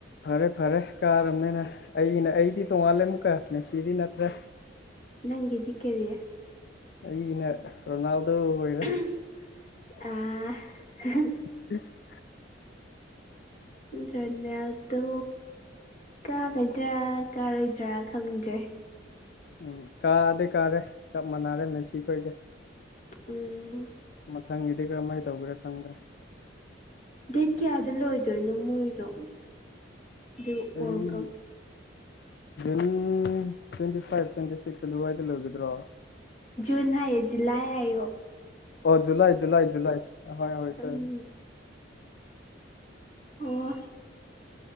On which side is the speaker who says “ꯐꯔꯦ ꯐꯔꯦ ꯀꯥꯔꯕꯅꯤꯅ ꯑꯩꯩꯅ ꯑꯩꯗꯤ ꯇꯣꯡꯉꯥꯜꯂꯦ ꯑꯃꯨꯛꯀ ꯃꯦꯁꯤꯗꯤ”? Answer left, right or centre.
Left